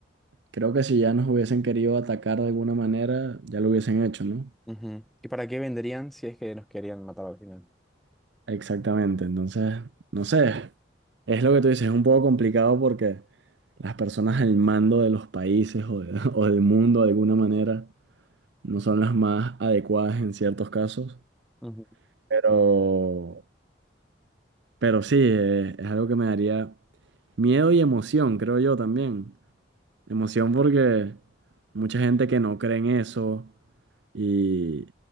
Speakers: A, on the right; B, in the centre.
A: creo que si ya nos hubiesen querido atacar de alguna manera, ya lo hubiesen hecho, ¿no?
B: Ujú. ¿Y para qué vendrían si es que nos querían matar al final?
A: Exactamente, entonces, no sé, es lo que tú dices, es un poco complicado porque las personas al mando de los países o, de- <laughs> o del mundo de alguna manera no son las más adecuadas en ciertos casos,
B: Ujú.
A: pero, pero sí, eh, es algo que me daría miedo y emoción, creo yo también. Emoción porque mucha gente que no cree en eso y,